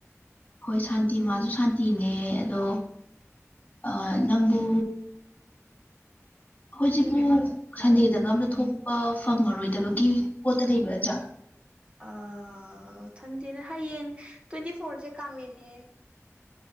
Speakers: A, on the left (about 30°); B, on the right (about 20°).
A: ꯍꯣꯏ ꯁꯥꯟꯇꯤ ꯃꯥꯖꯨ ꯁꯥꯟꯇꯤꯅꯦ ꯑꯗꯣ ꯑ ꯅꯪꯕꯨ ꯑꯈꯣꯏꯖꯤꯕꯨ ꯁꯟꯗꯦꯗꯒ ꯑꯝꯇ ꯊꯣꯛꯄ ꯐꯪꯉꯔꯣꯏꯗꯕꯒꯤ ꯄꯣꯠꯇ ꯂꯩꯕ ꯖꯥꯠꯂ
B: ꯑ ꯊꯟꯗꯦꯗ ꯍꯌꯦꯡ ꯇ꯭ꯋꯦꯟꯇꯤ ꯐꯣꯔꯖꯦ ꯀꯥꯡꯂꯦꯟꯅꯦ